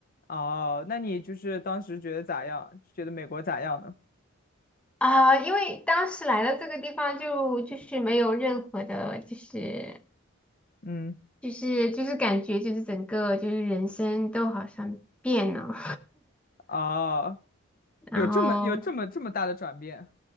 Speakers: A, on the left; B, in the centre.
A: 哦，那你就是当时觉得咋样？觉得美国咋样呢？
B: 啊，因为当时来到这个地方就就是没有任何的，就是。
A: 嗯，
B: 就是就是感觉就是整个就是人生都好像变了，
A: 哦，
B: <laughs> 然后
A: 有这么有这么这么大的转变